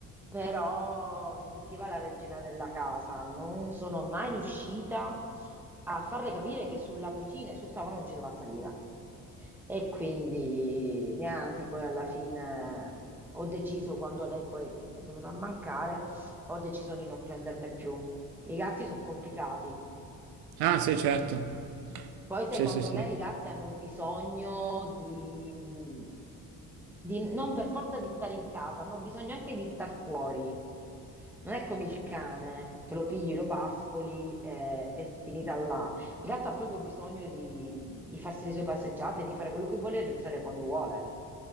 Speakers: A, in the centre; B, on the right (about 55°).
A: però si sentiva la regina della casa. Non sono mai riuscita a farle capire che sulla cucina e sul tavolo non ci doveva salire. E quindi niente, poi alla fine ho deciso, quando lei poi è venuta a mancare, ho deciso di non prenderne più. I gatti sono complicati.
B: Ah, sì, certo.
A: Poi secondo
B: Sì, sì, sì.
A: me i gatti hanno bisogno di, di- non per forza di stare in casa, hanno bisogno anche di star fuori. Non è come il cane, che lo pigli, lo pascoli e è finita là. Il gatto ha proprio bisogno di, di farsi le sue passeggiate, di fare quello che vuole e rientrare quando vuole.